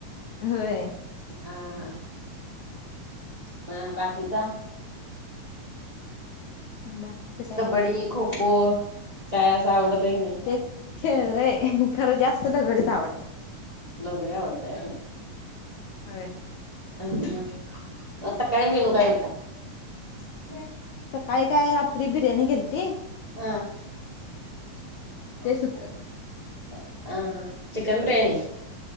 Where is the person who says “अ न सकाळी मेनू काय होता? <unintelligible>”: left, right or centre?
Right